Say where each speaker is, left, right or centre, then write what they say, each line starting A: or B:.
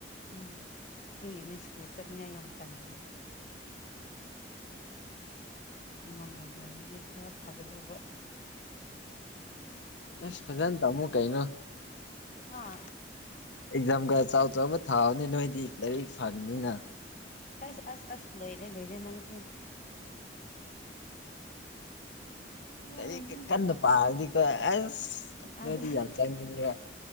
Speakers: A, on the left (about 45°); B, on the left (about 85°).
A: ꯎꯝ ꯑꯗꯨꯒꯤꯅꯦ ꯁ꯭ꯀꯨꯜ ꯆꯠꯅꯤꯉꯥꯏ ꯌꯥꯝ ꯇꯟꯕ ꯉꯟꯅ ꯂꯣꯏꯔꯗꯤ ꯈꯔ ꯐꯒꯗꯧꯕ
B: ꯑꯁ ꯐꯖꯅ ꯇꯝꯃꯨ ꯀꯩꯅꯣ
A: ꯍꯥ
B: ꯑꯦꯛꯖꯥꯝꯒ ꯆꯥꯎ ꯆꯥꯎꯕ ꯊꯥꯎꯅꯦ ꯅꯣꯏꯗꯤ ꯂꯥꯏꯔꯤꯛ ꯐꯥꯕꯅꯤꯅ
A: ꯑꯁ ꯑꯁ ꯑꯁ ꯂꯣꯏꯔꯦ ꯂꯣꯏꯔꯦ ꯅꯪꯁꯦ ꯎꯝ
B: ꯂꯥꯏꯔꯤꯛ ꯀꯟꯅ ꯄꯥꯔꯗꯤꯀꯣ ꯑꯁ ꯅꯣꯏꯗꯤ
A: ꯑꯁ
B: ꯌꯥꯝ ꯆꯪꯅꯤꯡꯕ